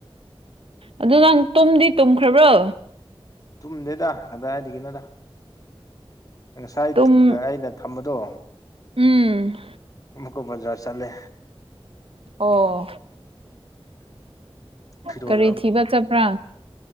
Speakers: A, on the right; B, on the left.
A: ꯑꯗꯨ ꯅꯪ ꯇꯨꯝꯗꯤ ꯇꯨꯝꯈ꯭ꯔꯕ꯭ꯔꯣ
B: ꯇꯨꯝꯗꯦꯗ ꯀꯗꯥꯏꯗꯒꯤꯅꯗ ꯉꯁꯥꯏ
A: ꯇꯨꯝ
B: ꯑꯩꯅ ꯊꯝꯕꯗꯣ
A: ꯎꯝ
B: ꯃꯨꯀꯣ ꯖꯔ ꯆꯠꯂꯦ
A: ꯑꯣ
B: ꯐꯤꯔꯣꯜ
A: ꯀꯔꯤ ꯊꯤꯕ ꯆꯠꯄ꯭ꯔꯥ